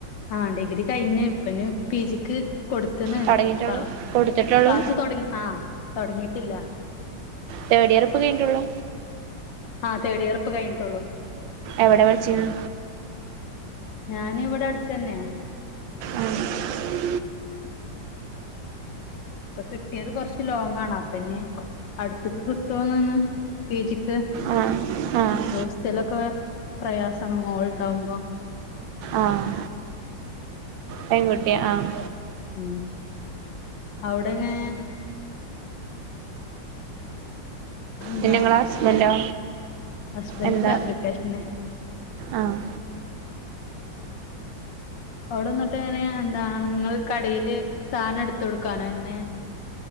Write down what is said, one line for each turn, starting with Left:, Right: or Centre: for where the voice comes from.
Left: ആഹ് ഡിഗ്രി കഴിഞ്ഞ ഇപ്പന് പി ജിക്ക് കൊടുത്തന്
Right: തൊടങ്ങിട്ടൊള്ളൂ
Left: ക്ലാ
Right: കൊടുത്തിട്ടൊള്ളൂ
Left: ക്ലാസ്സ് തുടങ്ങ ആ തുടങ്ങിയിട്ടില്ല
Right: തേർഡ് ഇയർ ഇപ്പ കഴഞ്ഞട്ടുള്ളു
Left: ആഹ് തേടിയർ ഇപ്പ കഴിഞ്ട്ടോള്ളൂ
Right: എവടെ പഠിച്ചീന്
Left: ഞാൻ ഇവടെ അട്ത്തതന്നെ
Right: ആഹ്
Left: ഇപ്പ കിട്ടിയത് കൊറച്ച് ലോങ്ങാണ് അപ്പ ഞ് അട്ത്ത്ക്ക് കിട്ടോന്ന് ഒന്ന് പി ജിക്ക്
Right: ആഹ് ആഹ്
Left: ഹോസ്റ്റലൊക്കെ പ്രയാസാണ് മോൾ ഇണ്ടാവുമ്പോ
Right: ആഹ് പെൺകുട്ടിയ ആഹ്
Left: ഉം അവടെങ്ങനെ എന്താ
Right: പിന്നെ ഇങ്ങള ഹസ്ബന്റോ
Left: ഹസ്ബൻഡ്
Right: എന്താ
Left: ഫാബ്രിക്കേഷന്
Right: ആഹ്
Left: അവടന്ന്ട്ട് എങ്ങനെയ എന്താണ് ഇങ്ങൾ കടയില് സാനം ഇട്ത്തൊട്ക്കാനോ എങ്ങനെ